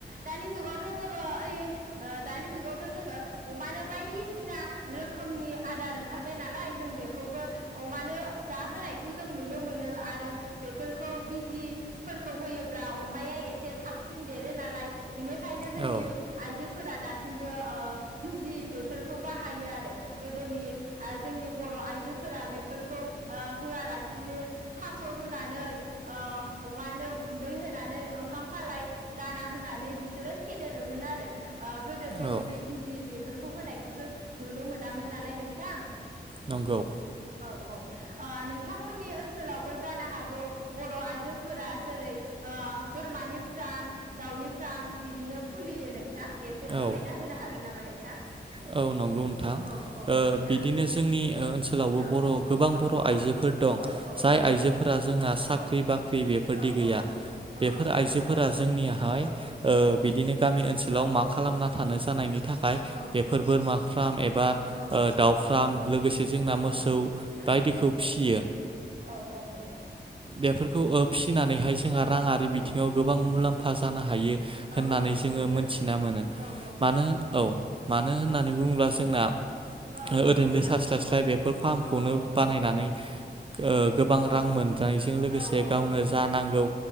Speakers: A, on the right; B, on the right.
A: दानि जुगावथ' जोङो ओइ ओ दानि जुगावथ' जोङो अमानो बायदिसिना रोखोमनि आदार ओंखारबाय नालाय जों बेखौबो अमानो जाहोनायखौ जों नुनो मोनो आरो बेफोरखौ बिजिफोरखौ होयोब्ला अमाया एसे थाबसिन देरो नालाय बेनिखायनो जोंनि
B: औ
A: आइजो फोरा दासिमबो ओ बिजि बेफोरखौ बाहायो आरो गोदोनि जोंनि बर' आइ जोफोरा बेफोरखौ ओ होलानो थास' रुनानै ओ अमानो गुनदै होनानै ओंखाम खालाय दाना होनानै बिसोरो फेदेरोमोन आरो ओ गोदो थ'
B: औ
A: बिदि बिजि बेफोरखौ होनायखौ जों नुनो मोनामोन नालाय नोंथां
B: नंगौ
A: औ औ ओ नोंथांमोननि ओनसोलावबो जानो हागौ बर' आइजोफोरा जेरै ओ बोरमानि फार्म दाउनि फार्म बिदिनो खुलियो नों थां एसे फोरमायना
B: औ
A: होनो हागोन नामा नोंथां
B: औ नंगौ नोंथां ओ
A: औ औ नोंथां
B: बिदिनो जोंनि ओ ओनसोलावबो
A: औ
B: बर' गोबां
A: औ
B: बर'
A: औ
B: आइजोफोर दं
A: औ औ
B: जाय आइजोफोरा जोंना साख्रि
A: औ
B: बाख्रि बेफोर
A: औ
B: दि गैया
A: औ औ
B: बेफोर
A: नंगौ
B: आइजोफोरा
A: नोंथां
B: जोंनियाहाय
A: औ
B: बिदिनो गामि ओनसोलाव
A: औ
B: मा
A: औ
B: खालामना थानो जानायनि था
A: औ
B: बेफोर बोरमा फार्म एबा ओ
A: औ
B: दाउ फारम लोगोसे जोंना
A: औ
B: मोसौ
A: नंगौ नोंथां
B: बायदिखौ
A: औ
B: फि फियो
A: औ औ नोंथां
B: बेफोरखौ ओ फि फिनानैहाय जोंहा
A: औ
B: राङारि
A: औ
B: बिथिङाव गोबां मुलामफा जानो हायो
A: औ
B: होननानै
A: औ नंगौ
B: जोङो
A: नोंथां
B: मोनथिना मोनो
A: औ औ
B: मानो औ मानो होननानै बुङोब्ला जोंना
A: औ औ
B: ओरैनो
A: नोंथां
B: थास्लाय
A: औ
B: स्लाय बेफोर फार्मखौनो
A: औ औ नोंथां
B: बानायनानै ओ गोबां
A: औ
B: रां मोनजानायजों लोगोसे
A: औ औ
B: गावनो
A: नंगौ नोंथां
B: जा नांगौ